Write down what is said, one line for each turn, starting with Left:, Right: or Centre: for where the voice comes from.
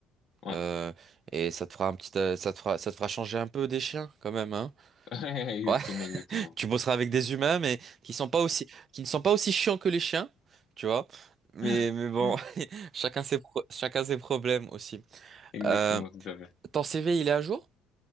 Left: ouais.
Right: euh, et ça te fera un petit, euh, ça te fera, ça te fera changer un peu des chiens, quand même, hein?
Left: <laughs> Exactement,
Right: Ouais.
Left: exactement.
Right: Tu bosseras avec des humains, mais qui sont pas aussi, qui ne sont pas aussi chiants que les chiens, tu vois. Mais,
Left: <laughs>
Right: mais bon, <laughs> chacun ses pro- chacun ses problèmes aussi.
Left: Exactement,
Right: Euh,
Left: tout à fait.
Right: ton CV, il est à jour?